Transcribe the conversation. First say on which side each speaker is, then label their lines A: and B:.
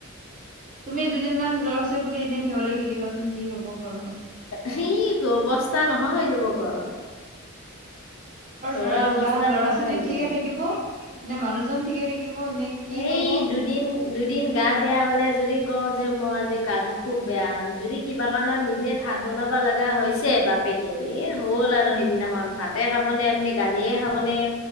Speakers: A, on the right; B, on the left.
A: তুমি দুদিনমান জ্বৰ হৈছে বুলি এনেই ভেয়লৈ থাকিবাচোন কি হব ঘৰখন।
B: সি গ অৱস্থা নোহোৱা হৈ যাব ঘৰৰ। ঘৰৰ
A: ল'ৰা
B: অৱস্থা
A: না ল'ৰা
B: নোহোৱা
A: ছোৱালী
B: হৈ যাব।
A: ঠিকে থাকিব নে মানুহজন ঠিকে থাকিব নে কি
B: এই
A: হব?
B: দুদিন দুদিন গা বেয়া হ'লে যদি কওঁ যে মই আজি গাটো খুব বেয়া যদি কিবা কাৰণত নিজে ভাত বনাব লগা হৈছে বাপেকে। এই হ'ল আৰু
A: উম
B: সেইদিনাখন ভাত। ভাতে খাব নে আপনি, গালিয়ে খাবনে,